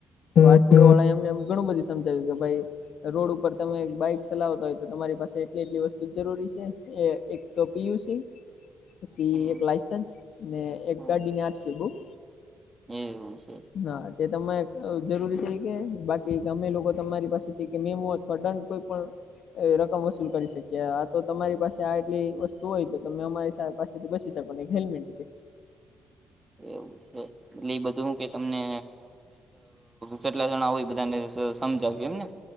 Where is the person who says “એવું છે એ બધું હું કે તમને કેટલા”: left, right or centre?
Right